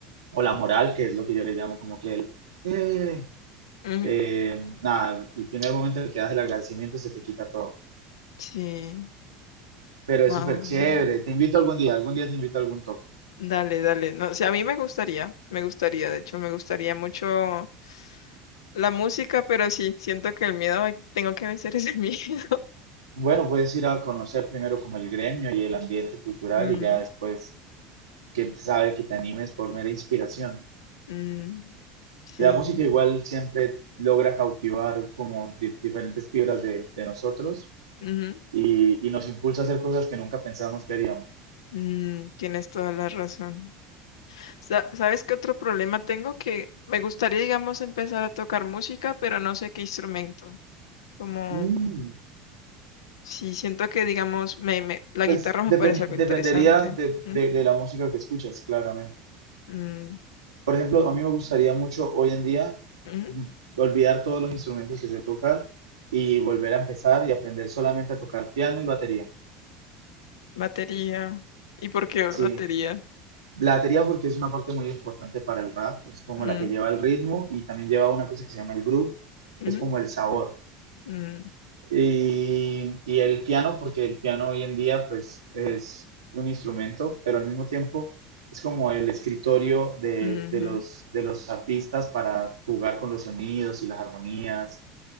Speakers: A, on the right; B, on the left.
A: o la moral, que es lo que yo le llamo como que el... "Eh",
B: ujú,
A: eh, nada, el primer momento en el que das el agradecimiento se te quita todo.
B: sí.
A: Pero es
B: Ah,
A: súper chévere. Te invito algún día, algún día te invito a algún toque.
B: dale, dale. No, o sea, a mí me gustaría, me gustaría, de hecho, me gustaría mucho la música, pero sí, siento que el miedo, ay, tengo que vencer ese <laughs> miedo.
A: Bueno, puedes ir a conocer primero como el gremio y el ambiente cultural
B: Mm,
A: y ya después, quién sabe, que te animes por mera inspiración.
B: mm, sí,
A: La música igual siempre logra cautivar como di- diferentes fibras de, de nosotros
B: ujú,
A: y, y nos impulsa a hacer cosas que nunca pensamos que haríamos.
B: mm, tienes toda la razón. Sa- ¿Sabes qué otro problema tengo? Que me gustaría, digamos, empezar a tocar música, pero no sé qué instrumento. como
A: Mm,
B: Sí, siento que, digamos, me, me- la
A: pues
B: guitarra me
A: depen-
B: parece algo interesante.
A: dependería de,
B: ¿Mm?
A: de- de la música que escuchas, claramente.
B: Mm,
A: Por ejemplo, a mí me gustaría mucho hoy en día
B: mm.
A: olvidar todos los instrumentos que sé tocar y volver a empezar y aprender solamente a tocar piano y batería.
B: Batería. ¿Y por qué batería?
A: Sí, la batería porque es una parte muy importante para el rap, es como
B: Mm,
A: la que lleva el ritmo y también lleva una cosa que se llama el groove,
B: mm,
A: que es como el sabor.
B: mm,
A: Y, y el piano porque el piano hoy en día pues es un instrumento, pero al mismo tiempo es como el escritorio de,
B: ujú.
A: de los, de los artistas para jugar con los sonidos y las armonías